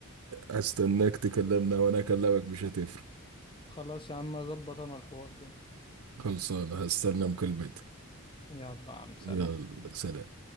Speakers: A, on the right (about 80°); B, on the left (about 25°).
A: هستناك تكلمنا وأنا أكلمك مش هتفرق
B: خلاص يا عم أظبط أنا الحوار ده
A: خلصان هستنى مكالمتك
B: يلا يا عم سلام
A: يلا سلام